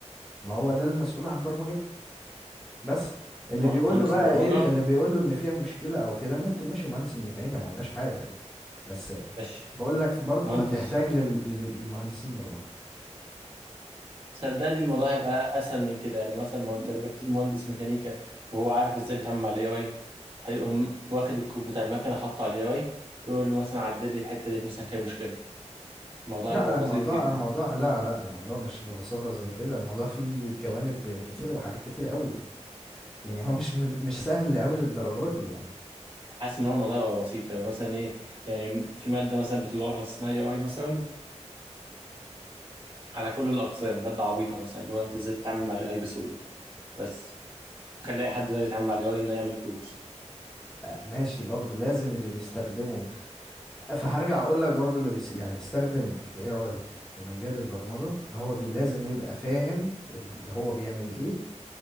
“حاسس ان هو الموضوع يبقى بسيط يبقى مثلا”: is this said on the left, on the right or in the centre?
Right